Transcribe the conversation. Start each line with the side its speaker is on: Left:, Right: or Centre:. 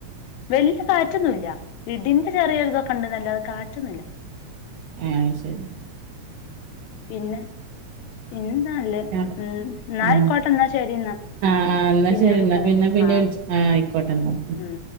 Left: വല്യ കാറ്റൊന്നുല്ല ഇടിൻ ചെറിയൊരു ഇതൊക്കെയുണ്ടന്നല്ലാതെ കാ പറ്റുന്നില്ല
Right: ആ ശെരി
Left: പിന്നെ എന്താല്ലെ
Right: ആ
Left: ഉം എന്നായിക്കോട്ടെ
Right: ആ
Left: എന്നാ ശെരി എന്നാ
Right: ആ ആ എന്നാ
Left: പിന്നെ
Right: ശെരി
Left: വിളിക്കണ്
Right: എന്നാ പിന്നെ പിന്നെ
Left: ആ
Right: വിളിച്ച ആയിക്കോട്ടെ എന്നാ
Left: ഉം.